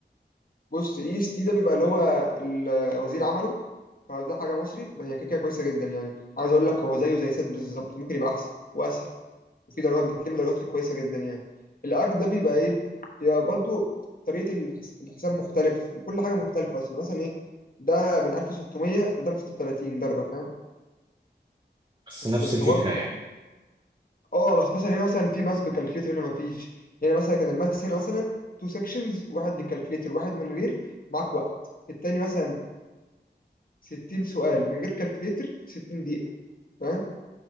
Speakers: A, on the left (about 50°); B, on the right (about 30°).
A: بص اي اس تي ده بيبقى اللي هو الوزير عمله فده حاجه مصري بس هي كده كده كويسه جدا يعني عايز اقول لك هو زيه زي سات بالظبط ممكن يبقى احسن واسهل وفي درجات بتلم درجات فيه كويسه جدا يعني الاك ده بيبقى ايه بيبقى برضو طريقه الحس... الحساب مختلف وكل حاجه مختلفه بس مثلا ايه ده من 1600 وده من 36 درجه فاهم
B: بس
A: بس
B: نفس
A: الحوار
B: الفكره يعني
A: اه بس مثلا هنا مثلا في ماس بكالكليتر هنا ما فيش هنا مثلا كان الماس هنا مثلا تو سيكشنز واحد بكالكليتر واحد من غير معاك وقت التاني مثلا 60 سؤال من غير كالكليتر 60 دقيقة فاهم